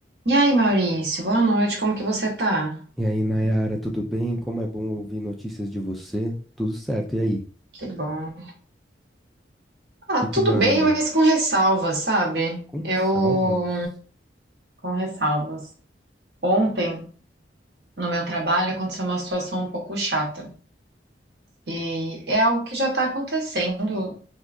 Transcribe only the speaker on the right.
E aí, Maurício, boa noite, como que você tá?
Que bom. Ah,
tudo
bem, mas com ressalvas, sabe?
Eu.
Com ressalvas. Ontem, no meu trabalho, aconteceu uma situação um pouco chata. E é algo que já tá acontecendo